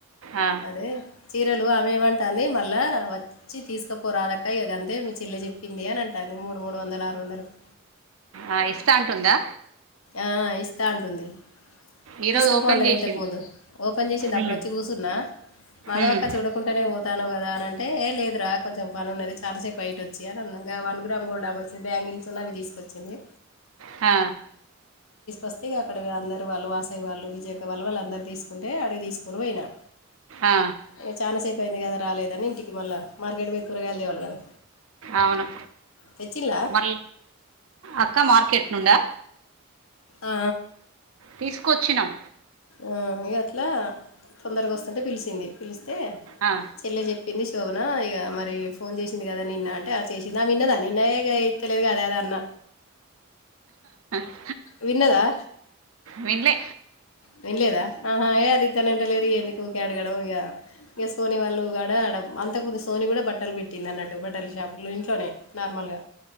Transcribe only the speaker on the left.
అదే చీర్ రలు ఆమె ఏమంటాంది మళ్ళా వచ్చి తీస్కపోరాదక్క ఇగ గంతే మీ చెల్ల చెప్పింది అన్ అంటాంది. మూడు మూడు వందలు ఆరు వందలక్
ఆ ఇస్తా అంటుంది.
తీస్కపో
అన్నది
ఇంతకు ముందు ఓపెన్ చేసింది అప్పుడచ్చి
కూర్చున్నా మాధవక్క
చూడకుంటనే పోతానవు కదా అన్ అం టే ఏ లేదురా కొంచం పనున్నది చాలాసేపు బయట వచ్చి అన్ అన్న. గా వన్ గ్రామ్ గోల్డ్ ఆమన్స్ బ్యాంగిల్స్ అవి తీస్కు వచ్చింది
వస్తే ఇగ అక్కడ అందరూ వాళ్ళు, వాసవి వాళ్ళు, విజయక్క వాళ్ళు వాళ్లందర్ తీస్కుంటే అడిగి తీస్కోన్ పొయినా
ఇగ చాలాసేప్ అయింది కదా రాలేదని ఇంటికి మళ్ళ మార్కెట్ పోయి కూరగాయల్ తేవాల్ కదా
తెచ్చిండ్లా
ఆ
ఆ ఇగ అట్లా తొందర్గ వస్తుంటే పిలిసింది పిలిస్తే
చెల్లె చెప్పింది శోభ నా ఇగ మరి ఫోన్ చేసింది కదా నిన్నా అంటే ఆ చేసింది ఆ విన్నదా నిన్న ఏ గై ఇత్తలేద్ గద్ అద్ అన్న
విన్నదా?
విన్లేదా ఆహా ఏ అది ఇత్తనంట లేదు ఇగ ఎందు కు ఊకె అడగడం ఇగ ఇగ సోనీ వాళ్ళు ఆడ అంతకుముందు సోని గుడా బట్టల్ పెట్టింది అన్నట్టు బట్టల్ షాప్ ఇంట్లోనే నార్మల్గా